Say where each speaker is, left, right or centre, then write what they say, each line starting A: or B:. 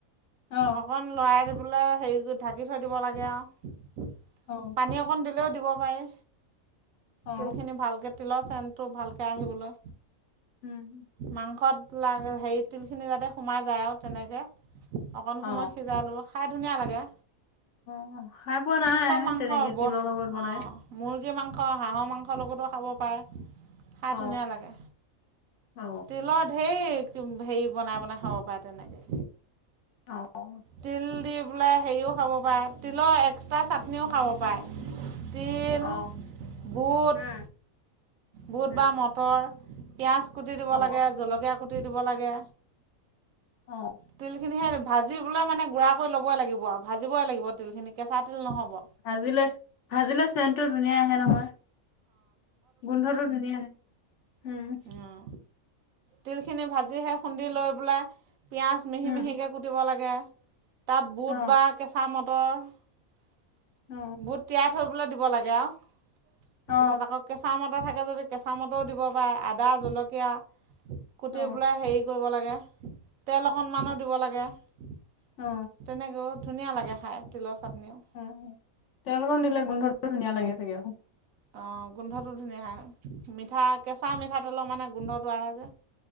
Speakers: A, on the left; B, on the right.
A: অ
B: অকন লৰাই দিবলে হেৰি কৰি ঢাকি থৈ দিব লাগে আৰু
A: অ
B: পানী অকণ দিলেও দিব পাৰি
A: অ
B: তিলখিনি ভালকৈ তিলৰ চেনটো ভালকৈ আহিবলৈ
A: উম
B: মাংসত লাগ হেৰি তিলখিনি যাতে সোমাই যায় আৰু তেনেকৈ অকণ
A: অ
B: সময় সিজাই ল'ব খাই ধুনীয়া লাগে
A: অ খাই পোৱা নাই
B: চব মাংস
A: তেনেকে
B: বৰ
A: তিলৰ লগত বনাই
B: অঁ মুৰ্গী মাংস হাঁহৰ মাংসৰ লগতো খাব পাৰে খাই
A: অ
B: ধুনীয়া লাগে
A: অ
B: তিলৰ ঢেৰ হেৰি বনাই বনাই খাব পাৰে তেনেকে
A: অ <inaudible>
B: তিল দি পেলাই হেৰিও খাব পাৰে তিলৰ এক্সট্ৰা চাটনিও খাব পাৰে তিল
A: অ
B: বুট
A: উম
B: বুট
A: উম
B: বা মটৰ পটৰ পিঁয়াজ কুটি দিব
A: অ
B: লাগে জলকীয়া কুটি দিব লাগে
A: অ <inaudible>
B: তিল খিনি সেই ভাজিবলৈ মানে গুড়া কৰি লবই লাগিব আৰু ভাজিবই লাগিব তিল খিনি কেঁচা তিল নহ'ব
A: ভাজিলে ভাজিলে চেনটো ধুনীয়া আহে নহয় গোন্ধটো ধুনীয়া আহে ম্
B: যে তিলখিনি ভাজিহে খুন্দি লৈ পেলাই পিঁয়াজ মিহি
A: উম
B: মিহিকৈ কুটিব লাগে তাত বুট
A: অ
B: বা কেঁচা মটৰ
A: অ
B: বুট তিয়াই থবলৈ দিব লাগে আৰু তাৰ
A: অ
B: পিছত আকৌ কেঁচা মটৰ থাকে যদি কেঁচা মটৰও দিব পাৰে আদা জলকীয়া কুটি
A: অ
B: পেলাই হেৰি কৰিব লাগে তেল অকণমানো দিব লাগে তেনেকৈ
A: অ
B: ধুনীয়া লাগে খাই তিলৰ চাটনিও
A: উম তেল অকণ দিলে গোন্ধটো ধুনীয়া লাগে চাগে
B: অঁ গোন্ধটো ধুনীয়া হয় মিঠা কেঁচা মিঠাতেলৰ মানে গোন্ধটো আহে যে